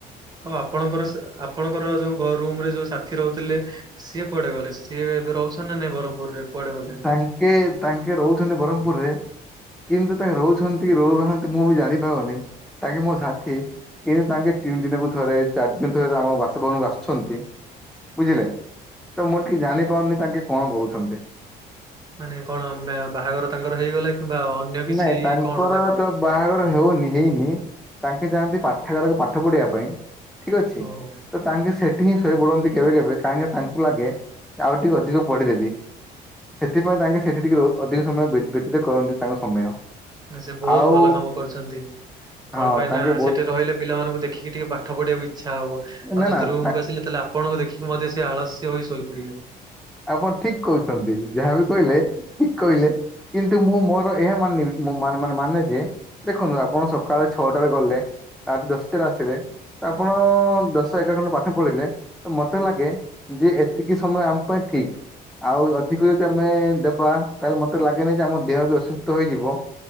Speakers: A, on the right; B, in the centre.
A: ଆଉ ଆପଣଙ୍କର ସେ ଆପଣଙ୍କର ଯୋଉ ଘ ରୁମ୍ ରେ ଯୋଉ ସାଥି ରହୁଥିଲେ ସିଏ କୁଆଡେ ଗଲେ ସିଏ ଏବେ ରହୁଚନ୍ତି ନା ନାଇ ବ୍ରହ୍ମପୁରରେ? କୁଆଡେ ଗଲେ?
B: ତାଙ୍କେ ତାଙ୍କେ ରହୁଚନ୍ତି ବ୍ରହ୍ମପୁରୁ ରେ କିନ୍ତୁ ତାଙ୍କେ ରହୁଛନ୍ତି କି ରହୁନାହାନ୍ତି ମୁଁ ବି ଜାଣିପାରୁନି ତାଙ୍କେ ମୋ ସାଥି କିନ୍ତୁ ତାଙ୍କେ ତିନି ଦିନକୁ ଥରେ ଚାରି ଦିନ ଥରେ ଆମ ବାସଭବନକୁ ଆସୁଛନ୍ତି। ବୁଝିଲେ ତ ମୁଁ ଟିକେ ଜାଣି ପାରୁନି ତାଙ୍କେ କଣ କହୁଛନ୍ତି।
A: ମାନେ କଣ ମା ବାହାଘର ତାଙ୍କର ହେଇଗଲା କିମ୍ବା ଅନ୍ୟ କିଛି
B: ନାଇଁ ତାଙ୍କର
A: କଣ ନା କଣ?
B: ତ ବାହାଘର ହୋଉନି ହେଇନି ତାଙ୍କେ ଯାଆନ୍ତି ପାଠାଗାରକୁ ପାଠ ପଢିବା ପାଇଁ। ଠିକ ଅଛି।
A: ଓହୋ।
B: ତ ତାଙ୍କେ ସେଠି ହିଁ ଶୋଇ ପଡନ୍ତି କେବେ କେବେ କାହିଁକି ତାଙ୍କୁ ଲାଗେ ଆଉ ଟିକେ ଅଧିକ ପଢିଦେବି। ସେଥିପାଇଁ ତାଙ୍କେ ସେଠି ଟିକେ ରୋ ଅଧିକ ସମୟ ବି ବ୍ୟତୀତ କରନ୍ତି ତାଙ୍କ ସମୟ।
A: ନା ସେ ବହୁତ
B: ଆଉ
A: ଭଲ କାମ କରୁଚନ୍ତି
B: ହଁ
A: କଣ ପାଇଁ
B: ତାଙ୍କେ
A: ନା
B: ବହୁତ
A: ସେଠି ରହିଲେ ପିଲାମାନଙ୍କୁ ଦେଖିକି ଟିକେ ପଢ଼ ପାଠ ପଢିବାକୁ ଇଛା ହେବ ଆଉ
B: ନା
A: ଯଦି
B: ନା
A: ରୁମକୁ
B: ତା-
A: ଆସିଲେ ତାହେଲେ ଆପଣଙ୍କୁ ଦେଖିକି ମଧ୍ୟ ସେ ଆଳସ୍ୟ ହୋଇ ଶୋଇ ପଡିବେ।
B: ଆପଣ ଠିକ କହୁଚନ୍ତି ଯାହାବି କହିଲେ ଠିକ କହିଲେ। କିନ୍ତୁ ମୁଁ ମୋର ଏହା ମାନି ମା ମା ମାନେ ଯେ ଦେଖନ୍ତୁ ଆପଣ ସକାଳେ ଛଅଟାରେ ଗଲେ ଆଟ ଦଶଟାରେ ଆସିବେ ତ ଆପଣ ଦଶ ଏଗାର ଘଣ୍ଟା ପାଠ ପଢିଲେ ତ ମତେ ଲାଗେ ଯେ ଏତିକି ସମୟ ଆମ ପାଇଁ ଠିକ। ଆଉ ଅଧିକ ଯଦି ଆମେ ଦେବା ତାହେଲେ ମତେ ଲାଗେନିକି ଯେ ଆମ ଦେହ ବି ଅସୁସ୍ଥ ହେଇଯିବ।